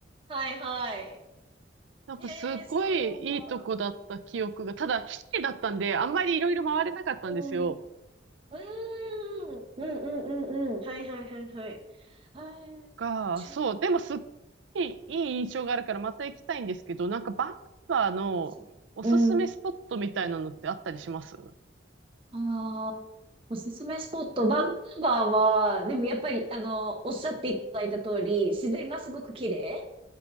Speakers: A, on the right (about 30°); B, on the right (about 80°).
A: はいはい。
B: なんかすっごいいいとこだった記憶が、
A: えー、そうなんだ。
B: ただ、一人だったんで、あんまりいろいろ回れなかったんですよ。
A: うん。うーん、うんうんうんうん。はいはいはいはい。あー、
B: か、
A: じゅうが
B: そう、でもすっごいいい印象があるからまた行きたいんですけど、なんかバンクーバーのおすすめスポットみたいなのってあったりしますうん
A: つなんですね。うん。ああ、おすすめスポット、バンクーバーは、でもやっぱり、あの、おっしゃっていただいた通り、自然がすごく綺麗。